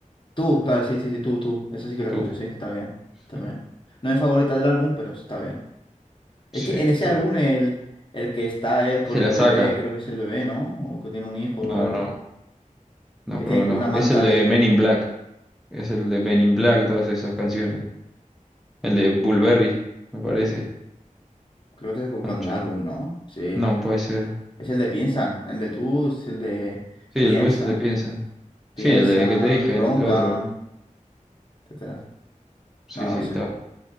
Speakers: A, on the left (about 35°); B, in the centre.
A: Tú, vale, sí, sí, sí, tú, tú. Esa sí que la
B: Tú.
A: escucho, sí, está bien. Está
B: Sí,
A: bien. No es mi favorita del álbum, pero está bien.
B: sí,
A: Es que en ese
B: tú.
A: álbum el, el que está él con
B: Se la
A: el
B: saca.
A: bebé, creo que es el bebé, ¿no? O que tiene un hijo raro.
B: No, no, no
A: Que
B: creo
A: tiene
B: que
A: como
B: no.
A: una manta
B: Es el de
A: de.
B: Men in Black. Es el de Men in Black, todas esas canciones. El de Bulberry, me parece.
A: Creo que es con con
B: Anoche.
A: el álbum, ¿no? Sí.
B: No, puede ser.
A: Es el de Piensan. El de tú es el de
B: Sí,
A: Piensa.
B: el dulce el de piensa.
A: Piensan,
B: Sí, el de que te dije,
A: roncan,
B: el otro.
A: etcétera.
B: Sí,
A: No, bueno,
B: sí, está.
A: sí.